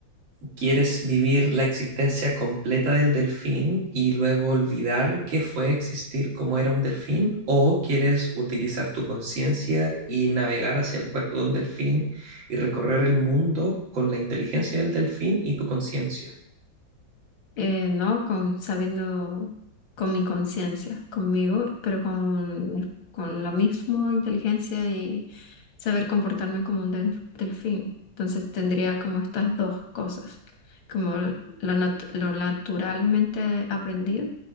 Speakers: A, on the right; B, on the left.
A: quieres vivir la existencia completa del delfín y luego olvidar que fue existir como era un delfín? ¿O quieres utilizar tu conciencia y navegar hacia el cuerpo de un delfín y recorrer el mundo con la inteligencia del delfín y tu conciencia?
B: Eh, no, con, sabiendo con mi conciencia, conmigo, pero con, con la misma inteligencia y saber comportarme como un delf- delfín. Entonces tendría como estas dos cosas, como lo, nat- lo naturalmente aprendido